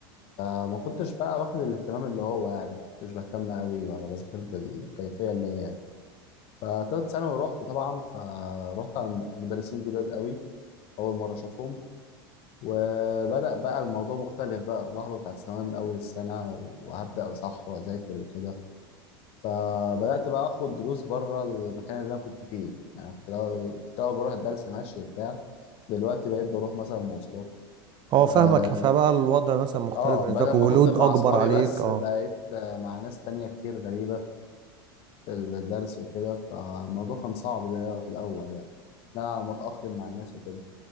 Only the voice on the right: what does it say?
اه فاهمك
فبقى الوضع مثلا مختلف
بالنسبة
لك
ولود
اكبر
عليك
اه